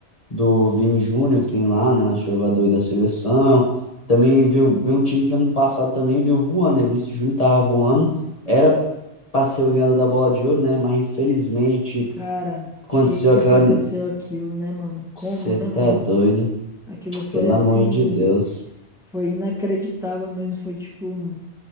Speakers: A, on the left; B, in the centre.
A: do Vini Júnior que tem lá, né? Nosso jogador aí da seleção. Também veio, veio um time que ano passado também veio voando, né? Vinícius Júnior tava voando. Era pra ser o ganhador da bola de ouro, né? Mas infelizmente
B: Cara,
A: aconteceu
B: que que
A: aquela.
B: aconteceu aquilo, né, mano? Como,
A: Você
B: né,
A: tá
B: mano?
A: doido?
B: Aquilo foi
A: Pelo
B: assim,
A: amor de Deus.
B: foi inacreditável mesmo, foi tipo